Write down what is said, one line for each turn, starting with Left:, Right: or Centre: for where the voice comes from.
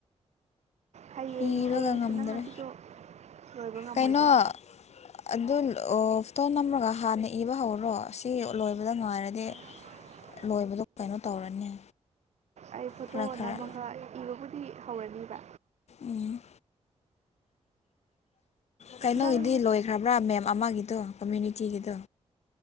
Right: ꯍꯌꯦꯡ
Left: ꯏꯕꯒ
Right: ꯍꯌꯦꯡꯁꯨ
Left: ꯉꯝꯗ꯭ꯔꯦ
Right: ꯅꯪ ꯑꯗꯨꯗꯣ ꯂꯣꯏꯕ ꯉꯝꯃꯣꯏꯗ꯭ꯔꯥ
Left: ꯀꯩꯅꯣ ꯑꯗꯨ ꯑꯣ ꯐꯣꯇꯣ ꯅꯝꯃꯒ ꯍꯥꯟꯅ ꯏꯕ ꯍꯧꯔꯣ ꯁꯤ ꯂꯣꯏꯕꯗ ꯅꯨꯡꯉꯥꯏꯔꯗꯤ
Right: INAUDIBLE
Left: ꯂꯣꯏꯕꯗꯣ ꯀꯩꯅꯣ ꯇꯧꯔꯅꯤ
Right: ꯑꯩ ꯐꯣꯇꯣ
Left: ꯈꯔ ꯈꯔ
Right: ꯅꯝꯃꯒ ꯏꯕꯕꯨꯗꯤ ꯍꯧꯔꯅꯤꯕ
Left: ꯎꯝ ꯀꯩꯅꯣꯒꯤꯗꯤ
Right: ꯅꯪ
Left: ꯂꯣꯏꯈ꯭ꯔꯕ꯭ꯔꯥ ꯃꯦꯝ ꯑꯃꯒꯤꯗꯣ ꯀꯝꯃ꯭ꯌꯨꯅꯤꯇꯤꯒꯤꯗꯣ